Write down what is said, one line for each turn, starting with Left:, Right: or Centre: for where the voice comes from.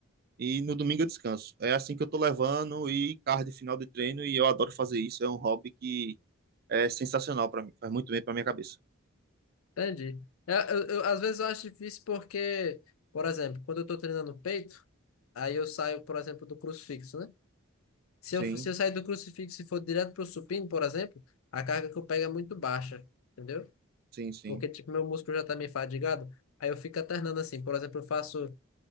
Right: E no domingo eu descanso. É assim que eu tô levando e cardio final de treino e eu adoro fazer isso, é um hobby que é sensacional para mim, faz muito bem para minha cabeça.
Left: Entendi. Eu, eu- eu- às vezes eu acho difícil porque, por exemplo, quando eu tô treinando peito, aí eu saio, por exemplo, do crucifixo, né? Se
Right: Sim,
Left: eu, se eu sair do crucifixo e for direto pro supino, por exemplo, a carga que eu pego é muito baixa, entendeu?
Right: sim, sim.
Left: porque tipo meu músculo já tá meio fadigado, aí eu fico alternando assim, por exemplo, eu faço